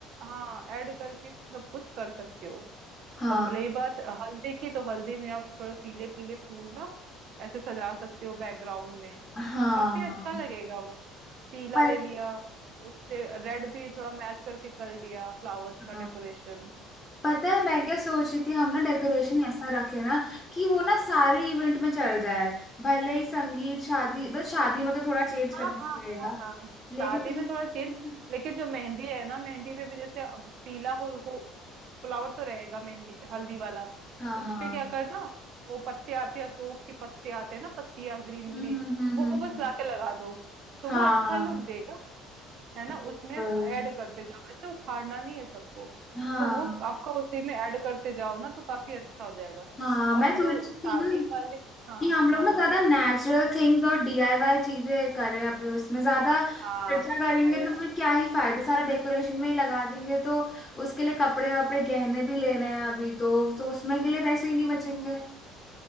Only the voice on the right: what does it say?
हाँ ऐड करके सब कुछ कर सकते हो
अब रही बात हल्दी की तो हल्दी में आप थोड़ा पीले पीले फूल ना ऐसे सजा सकते हो बैकग्राउंड में
काफी अच्छा लगेगा वो पीला
ले लिया उससे रेड भी थोड़ा मैच करके कर लिया फ्लावर्स का
डेकोरेशन
हाँ हाँ
हाँ हाँ
शादी में थोड़ा चेंज
लेकिन जो मेहंदी है ना मेहंदी पे भी जैसे अब पीला हो, हो फ्लावर तो रहेगा मेहंदी हल्दी वाला
उस
पे क्या करना वो पत्ते आते हैं अशोक के पत्ते आते हैं ना पत्तियां ग्रीन
ग्रीन
वो
बस
लाके लगा दो तो
वो अच्छा लुक देगा है ना
उसमें ऐड करते जाओ ऐसे उखाड़ना नहीं है सबको
तो वो आपका उसी में ऐड करते जाओ ना तो काफी अच्छा हो जाएगा
और
जो
शादी
वाले हाँ
हाँ
बताओ
हाँ
हाँ यार